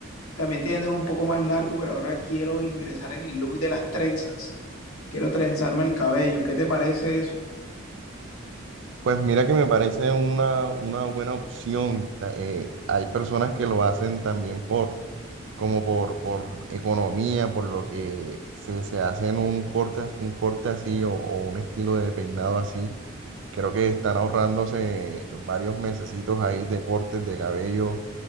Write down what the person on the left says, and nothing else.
también teniéndolo un poco más largo, pero ahora quiero ingresar en el look de las trenzas, quiero trenzarme el cabello, ¿qué te parece eso?